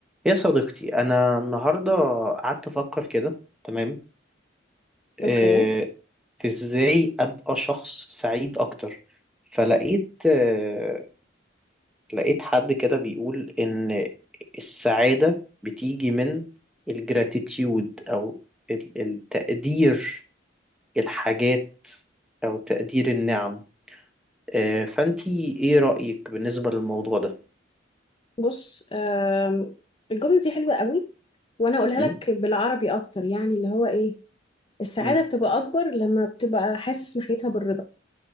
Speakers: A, in the centre; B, on the left.
A: يا صديقتي أنا النهاردة قعدت أفكر كده تمام
B: اوكي
A: آه، إزاي أبقى شخص سعيد أكتر فلقيت آه، لقيت حد كده بيقول إن السعادة بتيجي من الجراتيتيود أو ال- التقدير الحاجات أو تقدير النعم آه، فأنتي إيه رأيك بالنسبة للموضوع ده؟
B: بص آم، الجملة دي حلوة قوي وانا هقولها
A: م?
B: لك بالعربي اكتر يعني اللي هو ايه السعادة
A: م.
B: بتبقى اكبر لما بتبقى حاسس ناحيتها بالرضا